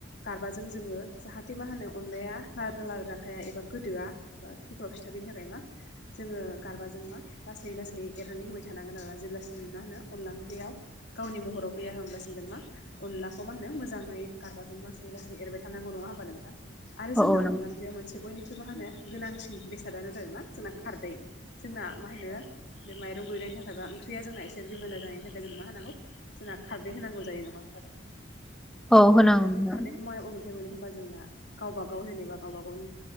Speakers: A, on the left; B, in the centre.
A: गारबाजों जोङो जाहाथे मा होनो अनला लाद्रा लाद्रा खाया एबा गोदोआ। बा <unintelligible> फिथा देनो थाखाय मा जोङो गारबाजों मा लासै लासै एरनानै होबाय थानांगोन आरोना जेब्लासिम मा होनो अनला ओंख्रियाव गावनि महराव फैया होम ब्लासिम जों मा अनलाखौ मा होनो मोजाङै गारबाजों लासै -लासै एरबाय थानांगौ नङा होमबा नोंथां। आरो
B: औ
A: जोंना
B: नंगौ
A: अनला ओंख्रियाव मोनसे बयनिख्रुइ मा होनो गोनांसिन बेसादानो जादों मा जोंना खारदै। जोंना मा होनो बे माइरं रूयनायनि थाखाय बा ओंख्रिया जोंना एसे रिमोनला जानायनि थाखाय जों मा होनांगौ जोंना खारदै होनांगौ जायो नङा होमबा नोंथां
B: औ
A: जोंना
B: होनांगौ
A: आरो बे
B: नोंथां
A: खारदैखौ मायाव अबे निफाय मोनो होमबा जोंना गावबा गाव जेनेबा गावबा गावनि